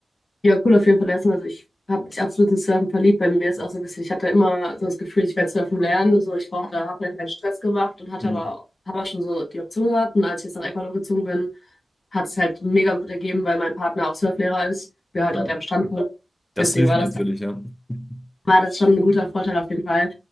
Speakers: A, on the left; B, on the left.
A: ja, cool auf jeden Fall lassen. Also ich habe mich absolut ins Surfen verliebt. Bei mir ist auch so ein bisschen, ich hatte immer so das Gefühl, ich werde surfen lernen. So, ich brauchte, habe vielleicht keinen Stress gemacht und hatte
B: Mhm.
A: aber, habe auch schon so die Option gehabt. Und als ich jetzt nach Ecuador gezogen bin, hat es halt mega gut ergeben, weil mein Partner auch Surflehrer ist. Wir halt
B: Ja.
A: dort am Stand wohnen.
B: Das
A: Deswegen
B: hilft
A: war
B: natürlich,
A: das
B: ja. <laughs>
A: war das schon ein guter Vorteil auf jeden Fall.